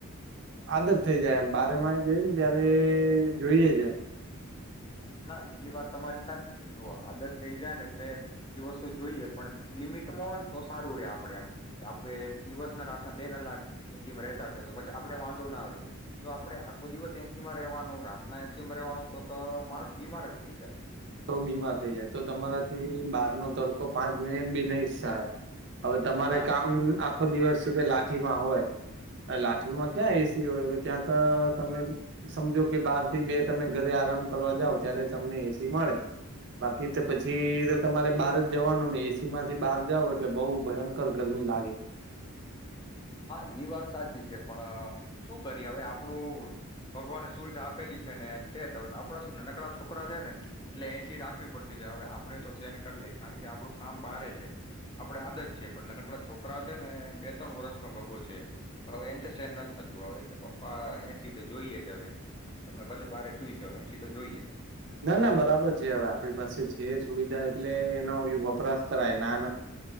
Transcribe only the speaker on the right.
આદત થઈ જાય એમ બારેમાંય જાય ને ત્યારે જોઈએ જ એમ.
તો બીમાર થઈ જાય તો તમારાથી બાર નો સડ કો પાંચ મિનટ ભી નહી સહાય. હવે તમારે
કામ- આખો દિવસ સુધી લાઠીમાં હોય, લાઠીમાં ક્યાં એસી હોય ત્યાં તો તમે સમજો કે બાર થી બે તમે ઘરે આરામ કરવા જાવ ત્યારે તમને એ સી સી મળે, બાકી તો પછી તમારે બહાર જ જવાનું ને એસી માંથી બહાર જાવ એટલે બહઉ ભયંકર ગરમી લાગે.
ના ના બરાબર છે હવે આપણી પાસે છે સુવિધા એટલે વપરાશ કરાય ના.